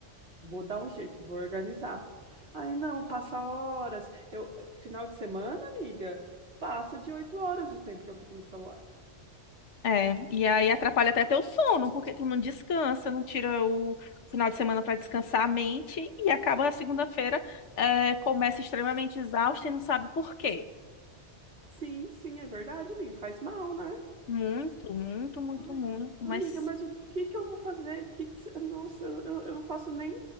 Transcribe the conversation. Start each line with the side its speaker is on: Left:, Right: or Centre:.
Right: vou dar um jeito, vou organizar. Aí não, passa horas. Eu, final de semana, amiga, passa de oito horas o tempo que eu fico no celular.
Left: É, e aí atrapalha até teu sono, porque tu não descansa, não tira o final de semana para descansar a mente e acaba a segunda-feira, é, começa extremamente exausta e não sabe por quê.
Right: Sim, sim, é verdade, amiga, faz mal, né?
Left: Muito, muito, muito,
Right: Ai,
Left: muito, mas
Right: amiga, mas o que que eu vou fazer? Que que cê- Nossa, eu, eu eu não faço nem,